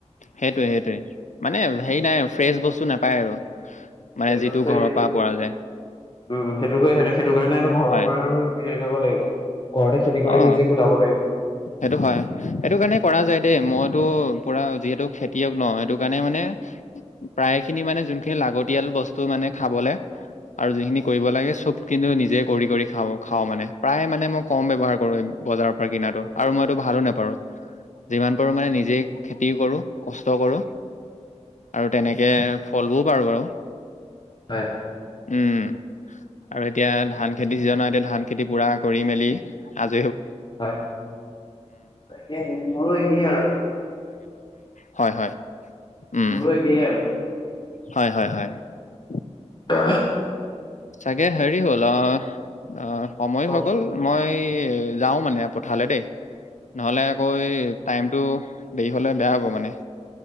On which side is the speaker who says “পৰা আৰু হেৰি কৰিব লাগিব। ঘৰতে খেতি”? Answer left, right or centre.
Left